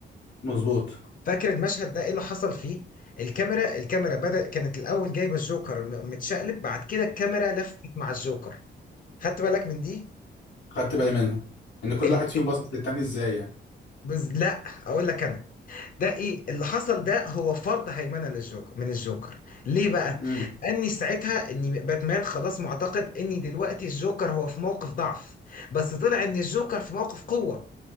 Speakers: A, on the left; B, on the left.
A: مظبوط
B: فاكر المشهد ده ايه اللي حصل فيه الكاميرا الكاميرا بدأ كانت الاول جايبه الجوكر م- متشقلب بعد كده الكاميرا لفت مع الجوكر خدت بالك من دي
A: خدت بالي منها ان كل
B: ال...
A: واحد فيهم
B: ال...
A: باصص للتاني ازاي يعني
B: بز... لا اقول لك انا ده ايه اللي حصل ده هو فرض هيمنه للجوكر من الجوكر ليه بقى
A: امم
B: لاني ساعتها ان باتمان خلاص معتقد ان دلوقتي الجوكر هو في موقف ضعف بس طلع ان الجوكر في موقف قوة